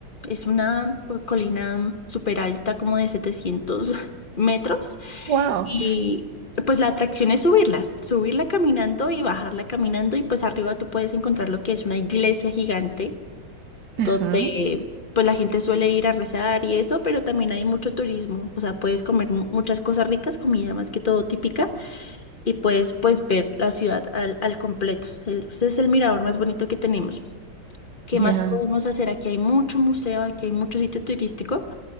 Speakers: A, on the left; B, on the right.
A: Es una pues, colina súper alta, como de 700 <laughs> metros.
B: Wow.
A: Y pues la atracción es subirla, subirla caminando y bajarla caminando. Y pues arriba tú puedes encontrar lo que es una iglesia gigante,
B: Ajá,
A: donde pues la gente suele ir a rezar y eso, pero también hay mucho turismo. O sea, puedes comer mu- muchas cosas ricas, comida más que todo típica y puedes pues ver la ciudad al, al completo. El- Ese es el mirador más bonito que tenemos. ¿Qué
B: ya.
A: más podemos hacer? Aquí hay mucho museo, aquí hay mucho sitio turístico